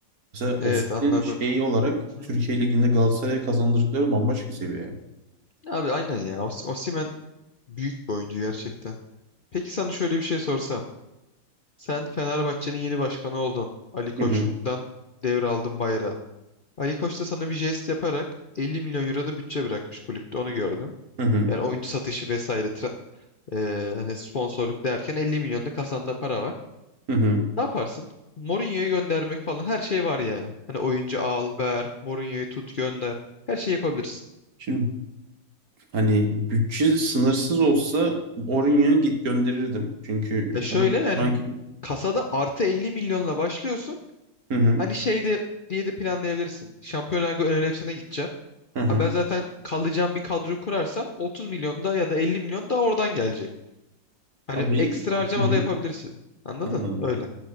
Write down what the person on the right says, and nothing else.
mesela
Osimhen'in
şeyi olarak
Türkiye
Ligi'nde Galatasaray'a kazandırdıkları bambaşka seviye.
Hı hı.
Hı hı.
Hı hı.
Şimdi Hani bütçe sınırsız olsa Orion'u git gönderirdim. Çünkü
onu
şu anki...
Hı hı.
Hı hı.
Ha, benim...
Hı hı.
Anladım.